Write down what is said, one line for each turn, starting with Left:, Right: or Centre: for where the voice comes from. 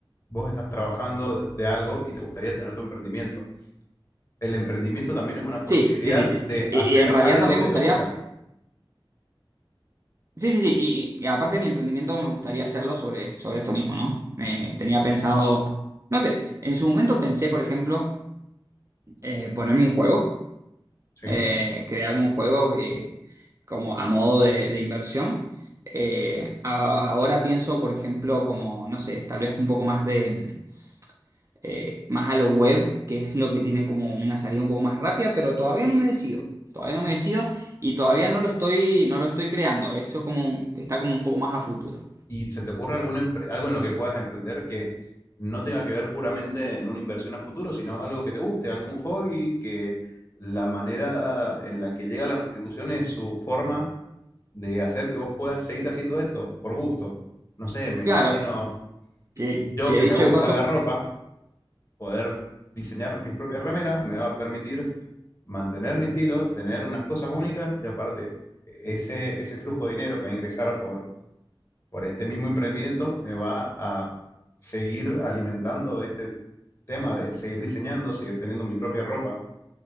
Left: vos estás trabajando de algo y te gustaría tener tu emprendimiento. El emprendimiento también es una
Right: Sí,
Left: posibilidad
Right: sí, sí, sí.
Left: de
Right: Y,
Left: hacer
Right: y en realidad
Left: algo
Right: también
Left: que
Right: me gustaría.
Left: te gusta,
Right: Sí, sí, sí. Y, y- y aparte de mi emprendimiento, me gustaría hacerlo sobre, sobre esto mismo, ¿no? Eh, tenía pensado. No sé, en su momento pensé, por ejemplo, eh, ponerme un juego,
Left: ¿sí?
Right: eh, crearme un juego que- como a modo de, de inversión. Eh, a- ahora pienso, por ejemplo, como, no sé, tal vez un poco más de. eh, más a lo web, que es lo que tiene como una salida un poco más rápida, pero todavía no me decido. Todavía no me decido y todavía no lo estoy, no lo estoy creando. Eso como, un- está como un poco más a futuro.
Left: ¿Y se te ocurre algún empre- algo en lo que puedas emprender que no tenga que ver puramente en una inversión a futuro, sino algo que te guste, algún hobby que la manera en la que llega la retribución es su forma de hacer que vos puedas seguir haciendo esto por gusto? No sé, me
Right: Claro,
Left: imagino
Right: que,
Left: yo
Right: que
Left: que
Right: dicho
Left: me gusta
Right: de No, paso,
Left: la ropa, poder diseñar mis propias remeras me va a permitir mantener mi estilo, tener unas cosas únicas y aparte e-, ese, ese flujo de dinero que va a ingresar por por este mismo emprendimiento me va a seguir alimentando este tema de seguir diseñando, seguir teniendo mi propia ropa.